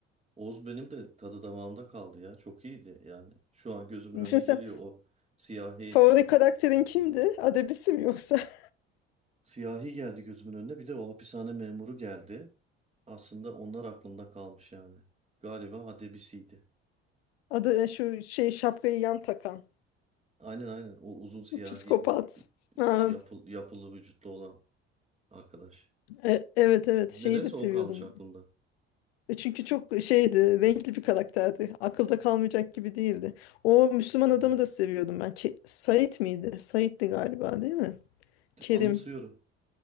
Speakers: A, on the right; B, on the left.
A: Oz benim de tadı damağımda kaldı ya. Çok iyiydi yani. Şu an gözümün
B: Mesela
A: önüne geliyor o siyahi
B: favori karakterin kimdi? Adebisi mi yoksa? <laughs>
A: siyahi geldi gözümün önüne. Bir de o hapishane memuru geldi. Aslında onlar aklımda kalmış yani. Galiba adebisiydi.
B: Adı e, şu şey şapkayı yan takan.
A: Aynen aynen. O uzun siyahi
B: Psikopat. Ha,
A: yapı- yapılı vücutlu olan arkadaş.
B: e- evet evet
A: Nedense
B: şeyi de seviyordum.
A: o kalmış aklımda.
B: E Çünkü çok şeydi, renkli bir karakterdi. Akılda kalmayacak gibi değildi. O Müslüman
A: Evet.
B: adamı da seviyordum ben. Ke Said miydi? Said'di galiba değil mi? Kerim.
A: Anımsıyorum.